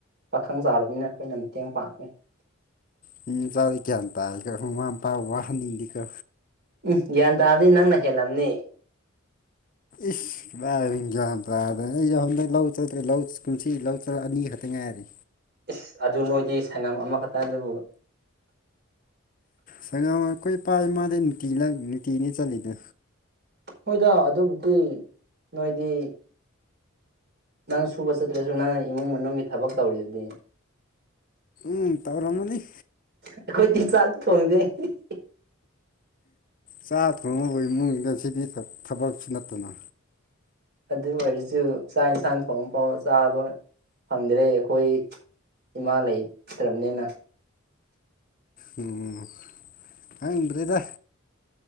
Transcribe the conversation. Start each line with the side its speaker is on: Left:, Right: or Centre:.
Right: ꯄꯥꯈꯪ ꯆꯥꯎꯔꯕꯅꯤꯅ ꯑꯩꯈꯣꯏꯅ ꯃꯇꯦꯡ ꯄꯥꯡꯉꯦ꯫
Left: ꯃꯤ ꯃꯆꯥꯗꯤ ꯒ꯭ꯌꯥꯟ ꯇꯥꯏꯀꯣ ꯃꯥꯃꯥ ꯃꯄꯥ ꯋꯥꯍꯟꯅꯤꯡꯗꯦꯀꯣ
Right: ꯎꯝ ꯒ꯭ꯌꯥꯟ ꯇꯥꯗꯦ ꯅꯪꯅ ꯍꯦꯜꯂꯝꯅꯦ
Left: ꯏꯁ ꯀꯗꯥꯏꯗꯒꯤ ꯒ꯭ꯌꯥꯟ ꯇꯥꯗꯦ ꯑꯩ ꯌꯧ ꯍꯟꯗꯛ ꯂꯧ ꯆꯠꯇ꯭ꯔꯦ ꯂꯧ ꯀꯨꯝꯁꯤ ꯂꯧ ꯆꯠꯂ ꯑꯅꯤ ꯈꯛꯇ ꯉꯥꯏꯔꯤ
Right: ꯏꯁ ꯑꯗꯨ ꯅꯣꯏꯗꯤ ꯁꯪꯉꯝ ꯑꯃꯈꯛꯇꯥ ꯑꯗꯨꯕꯨ
Left: ꯁꯪꯉꯝ ꯑꯩꯈꯣꯏ ꯏꯄꯥ ꯏꯃꯥꯗꯤ ꯅꯨꯡꯇꯤꯒꯤ ꯂꯧ ꯅꯨꯡꯇꯤꯅꯤ ꯆꯠꯂꯤꯗꯣ
Right: ꯍꯣꯏꯗ ꯑꯗꯨꯕꯨꯗꯤ ꯅꯣꯏꯗꯤ ꯅꯪ ꯁꯨꯕ ꯆꯠꯇ꯭ꯔꯁꯨ ꯅꯪꯅ ꯏꯃꯨꯡ ꯃꯅꯨꯡꯒꯤ ꯊꯕꯛ ꯇꯧꯔꯤꯗꯨꯗꯤ
Left: ꯎꯝ ꯇꯧꯔꯝꯃꯅꯤ
Right: ꯑꯩꯈꯣꯏꯗꯤ ꯆꯥꯛꯇꯤ ꯊꯣꯡꯗꯦ <unintelligible>
Left: ꯆꯥꯛ ꯊꯣꯡꯕꯕꯨ ꯏꯃꯨꯡꯗ ꯁꯤꯗꯤ ꯊꯥ ꯊꯕꯛꯁꯨ ꯅꯠꯇꯅ
Right: ꯑꯗꯨ ꯑꯣꯏꯔꯁꯨ ꯆꯥꯛ ꯌꯦꯡꯁꯥꯡ ꯊꯣꯡꯕ ꯐꯥꯎ ꯆꯥꯕ ꯐꯪꯗꯔꯦ ꯑꯩꯈꯣꯏ ꯏꯃꯥ ꯂꯩ ꯇ꯭ꯔꯕꯅꯦꯅ
Left: ꯎꯝ ꯈꯪꯗ꯭ꯔꯦꯗꯥ